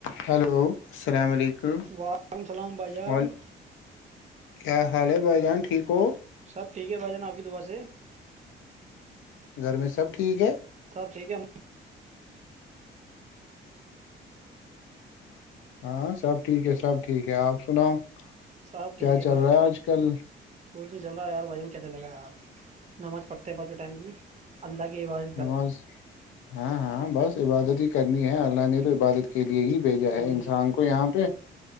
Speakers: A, on the left (about 80°); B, on the right (about 35°).
A: Hello السلام علیکم
B: وعلیکم السلام بھائی جان
A: وال کیا حال ہے بھائی جان ٹھیک ہو
B: سب ٹھیک ہے بھائی جان آپ کی دکان سے
A: گھر میں سب ٹھیک ہے
B: سب ٹھیک ہے
A: ہاں سب ٹھیک ہے سب ٹھیک ہے آپ سناؤ
B: سب
A: کیا
B: ٹھیک
A: چل
B: اور
A: رہا ہے آج کل
B: کچھ نہیں چل رہا ہے یار بھائین کیا چلے گا یار نماز پڑتے ہیں بچ ٹائم کی اللہ کی آواز
A: نماز ہاں ہاں بس یہ بادتی ہی کر اللہ نے تو
B: جی
A: عبادت کے لیے ہی بھیجا
B: جی
A: ہے انسان کو یہاں پہ